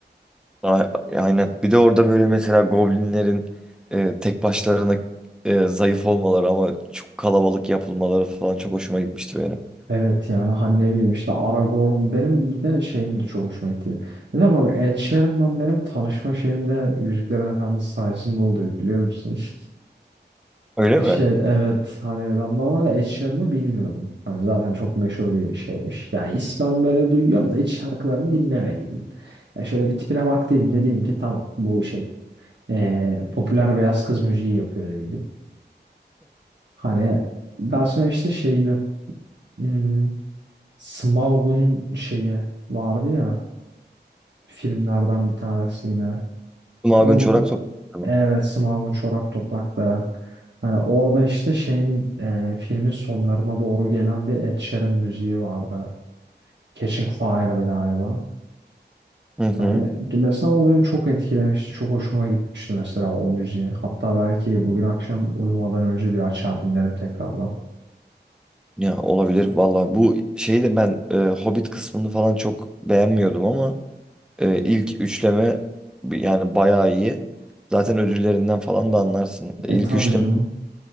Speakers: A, in the centre; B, on the right.
A: A- Aynen. Bir de orada böyle mesela goblinlerin e, tek başlarına e, zayıf olmaları ama çok kalabalık yapılmaları falan çok hoşuma gitmişti benim.
B: Evet yani hani ne bileyim işte Aragorn benim bir de şeyim de çok hoşuma gitti. Bir de bak Ed Sheeran'la benim tanışma şeyim de Yüzüklerin Efendisi sayesinde oldu biliyor musun? <laughs>
A: Öyle
B: Şey
A: mi?
B: evet hani ben normalde Ed Sheeran'ı bilmiyordum. Hani zaten çok meşhur bir şeymiş. Yani ismen böyle duyuyorum da hiç şarkılarını dinlemediydim. Ya şöyle bir tipine baktım dedim ki tamam bu şey eee, popüler beyaz kız müziği yapıyor dedim. Hani daha sonra işte şeyini hmm, Smaug'un şeyi vardı ya filmlerden bir tanesi yine.
A: Magun
B: Ama
A: Çorak
B: bu
A: Toprakları
B: evet
A: mı?
B: Smaug'un çorak toprakları. Hani orada işte şeyin e, filmin sonlarına doğru gelen bir Ed Sheeran müziği vardı. Catching Fire'dı galiba.
A: Hı hı.
B: Hani mesela o beni çok etkilemişti. Çok hoşuma gitmişti mesela o müziği. Hatta belki bugün akşam uyumadan önce bir açar dinlerim tekrardan.
A: Ya olabilir valla. Bu şeyi de ben e, Hobbit kısmını falan çok beğenmiyordum ama Ee, ilk üçleme bi- yani bayağı iyi. Zaten ödüllerinden falan da anlarsın. Ee,
B: E
A: İlk
B: tabii
A: üçleme
B: canım.